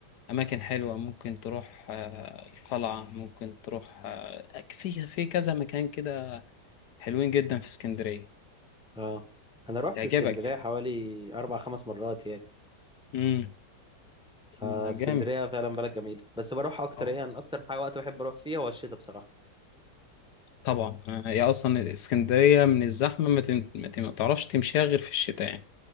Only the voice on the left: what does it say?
أماكن حلوة ممكن تروح آه، القلعة ممكن تروح آه، في في كذا مكان كده حلوين جدا في اسكندرية
يعجبك
يعني
امم
ما جامد
اه
طبعا آه، هي أصلا اسكندرية من الزحمة ما, تم... ما, تم... ما تعرفش تمشيها غير في الشتاء يعني